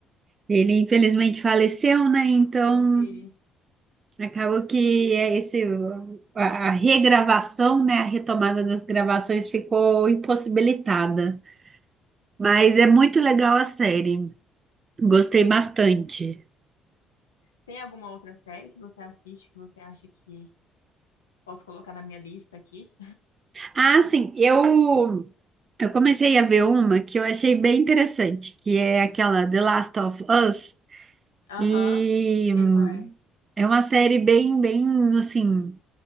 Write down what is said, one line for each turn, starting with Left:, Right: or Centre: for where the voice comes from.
Right: Ele infelizmente faleceu, né? Então
Left: eu vi.
Right: acabou que é esse a a regravação, né? A retomada das gravações ficou impossibilitada. Mas é muito legal a série. Gostei bastante.
Left: Tem alguma outra série que você assiste que você acha que posso colocar na minha lista aqui?
Right: Ah, sim, eu Eu comecei a ver uma que eu achei bem interessante, que é aquela The Last of Us,
Left: Aham,
Right: e
Left: sei
Right: hum,
Left: qual é.
Right: é uma série bem, bem assim